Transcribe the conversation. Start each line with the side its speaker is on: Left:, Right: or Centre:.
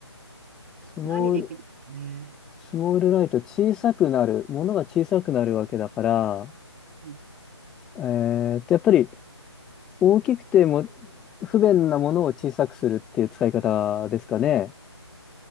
Centre: スモール、
Right: 何できますかね。
Centre: スモールライト小さくなる、ものが小さくなるわけだから、
Right: うん
Centre: えーっと、やっぱり大きくても不便なものを小さくするっていう使い方ですかね。